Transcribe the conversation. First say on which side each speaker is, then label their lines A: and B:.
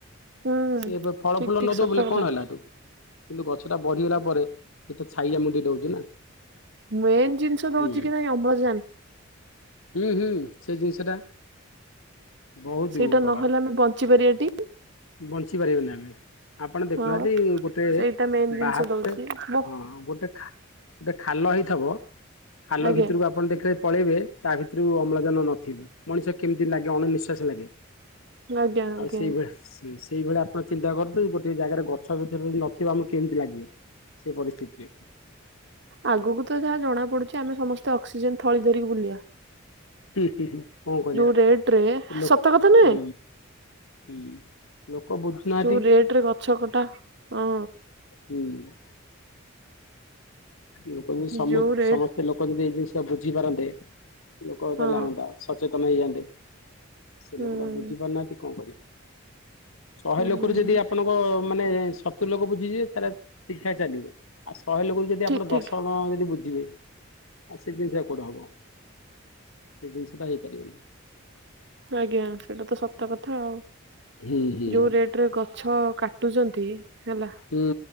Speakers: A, on the right; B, on the left.
A: ହୁଁ
B: ସିଏ ଏବେ ଫଳ
A: ଠିକ
B: ଫୁଲ
A: ଠିକ
B: ନ
A: ସତ
B: ଦଉ ବ
A: କଥା।
B: କଣ ହେଲା। କିନ୍ତୁ ଗଛ ଟା ବଢି଼ଗଲା ପରେ ସେ ତ ଛାଇ ଆମ ଟିକେ ଦଉଛି ନା।
A: ମେନ୍ ଜିନିଷ ଦଉଛି
B: ହୁଁ
A: କି ନାଇଁ ଅମ୍ଲଜାନ
B: ହୁଁ ହୁଁ ସେଇ ଜିନିଷଟା। ବହୁତ
A: ସେଇଟା
B: ଉପକାର
A: ନହେଲେ ଆମେ ବଞ୍ଚି ପାରିବାଟି
B: ବଞ୍ଚି ପାରିବନି ଆମେ। ଆପଣ ଦେଖୁନାହାନ୍ତି
A: ହଁ
B: ଗୋଟେ
A: ସେଇଟା ମେନ୍ ଜିନିଷ
B: ବାହ
A: ଦଉଛି
B: ହଁ
A: ମୋ
B: ଗୋଟେ। ଗୋଟୋଲ ହେଇ ବ ଖାଲ
A: ଆଜ୍ଞା
B: ଭିତରକୁ ଆପଣ ଦେଖିବ ପଳେଇବେ ତା ଭିତରୁ ଅମ୍ଳଜାନ ନଥିବ। ମଣିଷ କେମିତି ଲାଗେ ଅଣନିଶ୍ଵାସ ଲାଗେ
A: ଆଜ୍ଞା ଆଜ୍ଞା
B: ଆଉ ସେଇଭଳିଆ। ସେଇଭଳିଆ ଆପଣ ଚିନ୍ତା କରଦୁ ଗୋଟେ ଜାଗାରେ ଗଛ ଭିତରେ ଯଦି ନଥିବ ଆମକୁ କେମିତି ଲାଗିବ। ସେ ପରିସ୍ଥିତି ରେ।
A: ଆଗକୁ ତ ଯାହା ଜଣା ପଡୁଛି ଆମେ ସମସ୍ତେ ଅକ୍ସିଜେନ ଥଳି ଧରିକି ବୁଲିବା।
B: ହୁଁ ହୁଁ ହୁଁ କଣ କରିବା
A: ଯୋଉ ରେଟ ରେ
B: ଲୋ
A: ସତକଥା ନୁହେଁ।
B: ହୁଁ ହୁଁ। ଲୋକ ବୁଝୁନାହାନ୍ତି
A: ଯୋଉ ରେଟରେ ଗଛ କଟା ହଁ।
B: ହୁଁ। ଲୋକ ଯଦି ସମ
A: ଯୋଉ ରେଟ
B: ସମସ୍ତେ ଲୋକ ଯଦି ଏଇ ଜିନିଷ ଟା ବୁଝିପାରନ୍ତେ ଲୋକ
A: ହଁ
B: ଦେହଲେ ହୁଅନ୍ତା ସଚେତନ ହେଇଯାଆନ୍ତେ ସେ
A: ହୁଁ
B: ଲୋକ ଟା ବୁଝି ପାରୁନାହାନ୍ତି କଣ କରିବ। ଶହେ
A: ହୁଁ
B: ଲୋକରୁ ଯଦି ଆପଣଙ୍କ ମାନେ ସତୁରି ଲୋକ ବୁଝିଯିବେ ତାହେଲେ ଠିକ୍ ଠାକ୍ ଚାଲିବ। ଆଉ ଶହେ ଲୋକରୁ ଯଦି
A: ଠିକ୍
B: ଆପଣ
A: ଠିକ୍।
B: ଦଶ ଜଣ ଯଦି ବୁଝିବେ। ଆ ସେ ଜିନିଷଟା କୋଉଠ ହବ ସେ ଜିନିଷ ଟା ହେଇପାରିବନି।
A: ଆଜ୍ଞା ସେଇଟା ତ ସତ କଥା ଆଉ
B: ହୁଁ ହୁଁ
A: ଯୋଉ ରେଟ ରେ ଗଛ କା ଉଟୁଛନ୍ତି ହେଲା
B: ହୁଁ